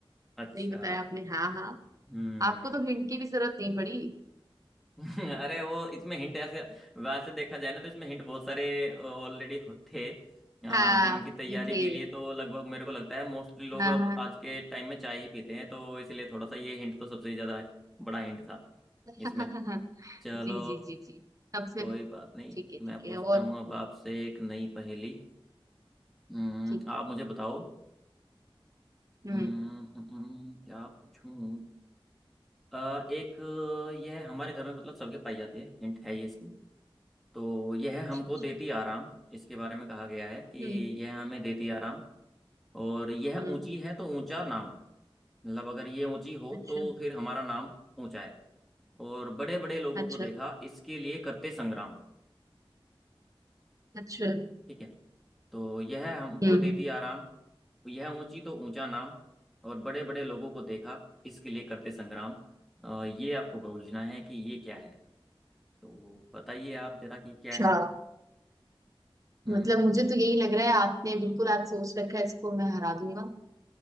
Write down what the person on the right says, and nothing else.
सही
बताया आपने हाँ हाँ
आपको तो हिंट की भी जरूरत नहीं पड़ी
हाँ
थे
हाँ
हाँ
<laughs>
जी जी जी जी सबसे
ठीक है
ठीक
है और
ठीक
है
हम्म
अच्छा
अच्छा
हम्म
हम्म
अच्छा
अच्छा
अच्छा
हम्म
अच्छा
मतलब मुझे तो यही लग रहा है आपने बिल्कुल आज सोच रखा है इसको मैं हरा दूंगा